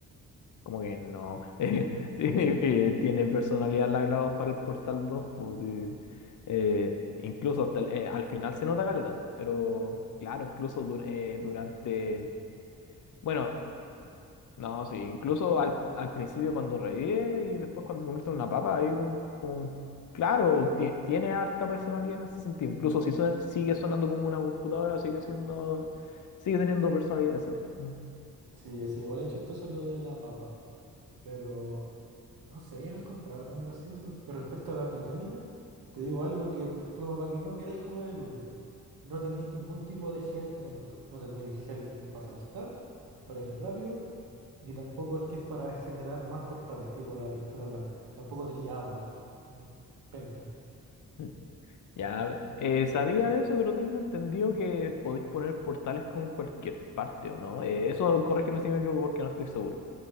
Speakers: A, on the left; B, on the right.
A: como que no, <laughs> eh, sí, eh, tiene personalidad la GLaDOS para el Portal dos pues sí. Eh, incluso hasta el- eh, al final se nota caleta, pero claro, incluso dur- eh, durante... Bueno. No, sí, incluso al, al principio cuando revive y después cuando se convierte en una papa, ahí como, como- claro, ti- tiene harta personalidad en ese sentido. Incluso si sue- sigue sonando como una computadora, sigue siendo, sigue teniendo personalidad decente. Mm.
B: Sí, sí, igual es chistoso lo de la papa. Pero no sé, yo no encontraba tan gracioso. Y respecto a las mecánicas, te digo algo que, p- como para que no queráis jugar el uno No tenéis ningún tipo de gel en el uno No tenéis el gel para saltar, para ir rápido, ni tampoco el que es para generar más portales, tipo la pintura blanca. Tampoco tenía agua. eh, penca.
A: Mm. Ya, eh, sabía de eso, pero tengo entendido que podéis poner portales con cualquier parte, ¿o no? Eh, eso, corrígeme si me equivoco porque no estoy seguro.